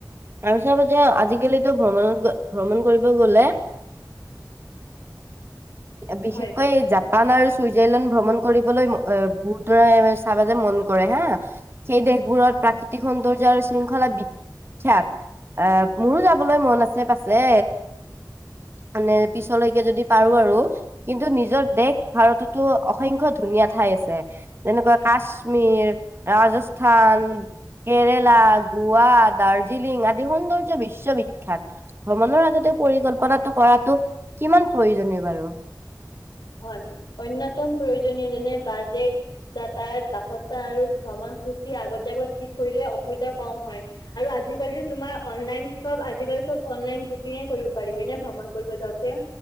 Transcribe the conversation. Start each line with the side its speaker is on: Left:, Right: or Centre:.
Right: আৰু চাব যে আজিকালিতো ভ্ৰমণত ভ্ৰমণ কৰিব গ'লে। বিশেষকৈ
Left: হয়।
Right: জাপ জাপান আৰু চুইজাৰলেণ্ড ভ্ৰমণ কৰিবলৈ বহুতৰে চাব যে মন কৰে হা। সেই দেশবোৰত প্ৰাকৃতিক সৌন্দৰ্য আৰু শৃংখলা বি খ্যাত, মোৰো যাবলৈ মন আছে পাছে। মানে পিছলৈকে যদি পাৰো আৰু। কিন্তু নিজৰ দেশ ভাৰততো অসংখ্য ধুনীয়া ঠাই আছে। যেনেকুৱা কাশ্মীৰ, ৰাজস্থান কেৰেলা, গোৱা, দাৰ্জিলিং আদি সৌন্দৰ্য বিশ্ববিখ্যাত। ভ্ৰমণৰ আগতে পৰিকল্পনাটো কৰাটো কিমান প্ৰয়োজনীয় বাৰু?
Left: হয়, অন্যতম প্ৰয়োজনীয় যেনে বাজেট যাতায়ত, বাসস্থান আৰু ভ্ৰমণসূচী আগতীয়াকৈ ঠিক কৰিলে অসুবিধা ক'ম হয়। আৰু আজিকালিতো তোমাৰ অনলাইন চব আজিকালি চব অনলাইন বুকিঙে কৰিব পাৰি হয় নে ভ্ৰমণ কৰিব যাওঁতে?